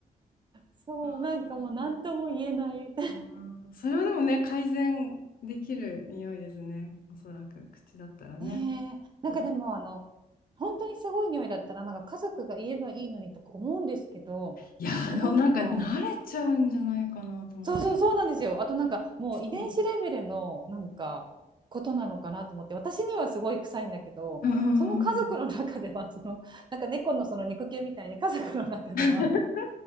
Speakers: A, on the right; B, on the left.
A: そうなんかもう何とも言えない
B: あーあー、それはでもね、改善できる匂いですね。おそらく口だったらね。
A: ねえなんかでもあの
B: うん
A: 本当にすごい匂いだったらなんか家族が言えばいいのにとか思うんですけど
B: いやー、でもなんか慣れちゃうんじゃないかなと思って。
A: なんかそうそうそうなんですよ。あとなんかもう遺伝子レベルのなんかことなのかなと思って私にはすごい臭いんだけどその家族の中ではそのなんか猫のその肉球みたいに家族の中では
B: うんうんうんうんうん <laughs> いや